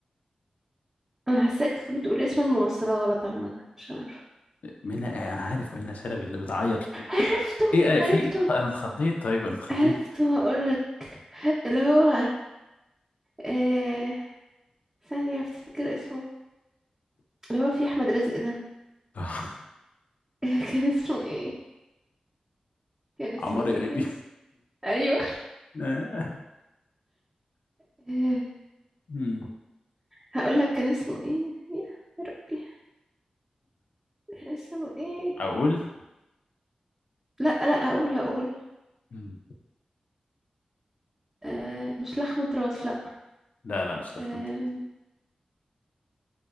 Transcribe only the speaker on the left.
منى آه انا عارف منى شلبي اللي بتعيط
ايه آه
في إيه؟ انا اتخضيت طيب انا اتخضيت
<laughs>
عمار يا
ليبي
<laughs> آه.
مم.
اقول
مم.
لا لا مش لخمت